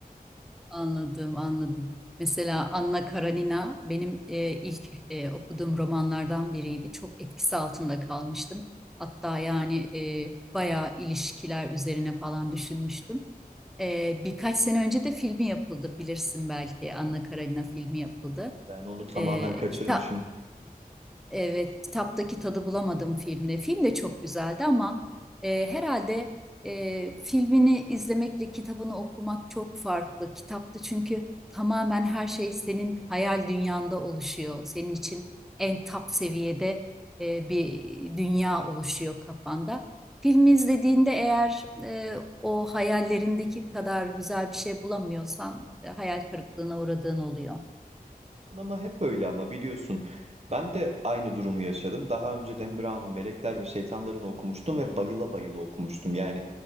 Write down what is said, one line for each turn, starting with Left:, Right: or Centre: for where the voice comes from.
Centre: Anladım, anladım. Mesela Anna Karenina benim e, ilk e, okuduğum romanlardan biriydi. Çok etkisi altında kalmıştım. Hatta yani e, bayağı ilişkiler üzerine falan düşünmüştüm. Ee, birkaç sene önce de filmi yapıldı bilirsin belki Anna Karenina filmi yapıldı.
Right: Ben onu tamamen
Centre: Ee,
Right: kaçırmışım.
Centre: kita- Evet, kitaptaki tadı bulamadım filmde. Film de çok güzeldi ama e, herhalde e, filmini izlemekle kitabını okumak çok farklı. Kitapta çünkü tamamen her şey senin hayal dünyanda oluşuyor. Senin için en top seviyede e, bir dünya oluşuyor kafanda. Filmi izlediğinde eğer e, o hayallerindeki kadar güzel bir şey bulamıyorsan e, hayal kırıklığına uğradığın oluyor.
Right: Ama hep öyle ama biliyorsun. Ben de aynı durumu yaşadım. Daha önce Dan Brown'un Melekler ve Şeytanlarını okumuştum ve bayıla bayıla okumuştum. Yani